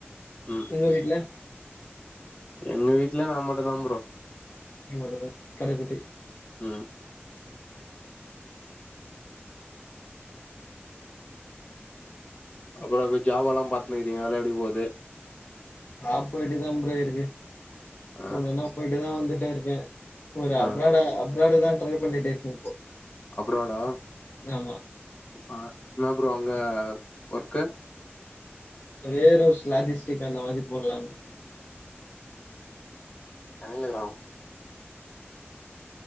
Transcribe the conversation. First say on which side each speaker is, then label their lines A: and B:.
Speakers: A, on the left (about 30°); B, on the left (about 50°).
A: ம்
B: உங்க வீட்ல
A: எங்க வீட்ல நா மட்டு தா ப்ரோ
B: நீங்க மட்டுதா கடைகுட்டி
A: ம் அப்புற இப்ப ஜாவால்லா பாத்துன்னு இருக்கிறீங்க அதெல்லா எப்டி போகுது
B: ஆ போய்ட்டுதா ப்ரோ இருக்கு
A: ஆ
B: உன்னா என்னா போய்ட்டுதா வந்துட்டே இருக்கே ஒரு
A: ஆ
B: அப்ராட அப்ராடுதா ட்ரை பண்ணிட்டு இருக்கே இப்போ
A: அப்ராடா
B: ஆமா.
A: அ என்னப்ரோ அங்க ஒர்க்கு
B: சவேரோஸ் லாஜிஸ்டிக் அந்த மாதிரி <unintelligible>
A: <unintelligible>